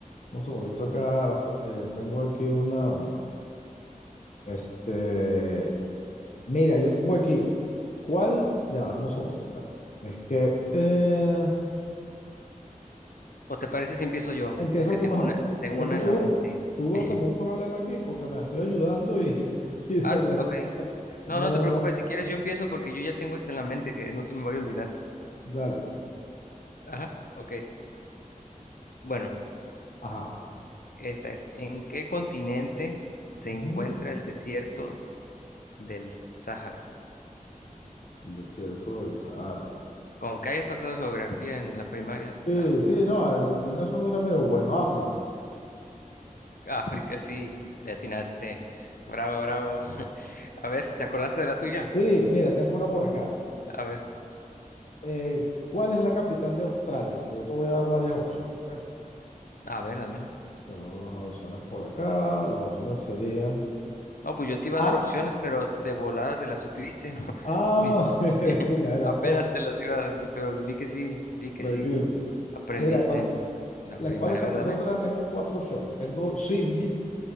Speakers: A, on the left; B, on the left.
A: un segundito acá. eh, tengo aquí una... Este, mira, yo tengo aquí. ¿Cuál? Ya, dame un segundito. espera. Es que eh,
B: ¿O te parece si empiezo yo?
A: empieza
B: Es que
A: tú
B: tengo
A: mejor.
B: una, tengo
A: Es
B: una
A: que tuve,
B: en la mente.
A: tuve
B: <laughs>
A: como un problema aquí porque me estoy ayudando y... <laughs> Y de
B: Ah, t- ok. No,
A: No,
B: no te preocupes,
A: no,
B: si quieres yo empiezo porque yo ya tengo esta en la mente que no se me vaya a olvidar.
A: dale.
B: Ajá, ok. Bueno,
A: Ajá.
B: esta es, ¿en qué continente se
A: Ujú.
B: encuentra el desierto del Sahara?
A: El desierto del Sahara.
B: Como que hayas pasado geografía en la primaria, te
A: Sí,
B: sabes eso.
A: sí, no, ah, yo, yo en eso era medio bueno. África.
B: África, sí, le atinaste. Bravo, bravo. <laughs> A ver, ¿te acordaste de la tuya?
A: Sí, mira, tengo una por acá.
B: A ver,
A: Eh, ¿cuál es la capital de Australia? Porque yo te voy a dar varias opciones, ¿ves?
B: a ver, dámela.
A: Te voy a dar las opciones por acá. Las opciones serían.
B: No, pues yo te iba
A: Ah,
B: a dar opciones, pero de volada te las supiste, ¿no? <laughs>
A: ah,
B: Ni si...
A: <laughs>
B: <laughs>
A: sí, me adelanté.
B: Apenas te las iba a decir, pero vi que sí,
A: <laughs>
B: vi que
A: Tranquilo.
B: sí aprendiste
A: Mira, ¿cuál,
B: en la
A: la,
B: primaria.
A: cuál es la capital
B: A ver, dame.
A: de Australia? Tengo cuatro opciones. Tengo Sydney,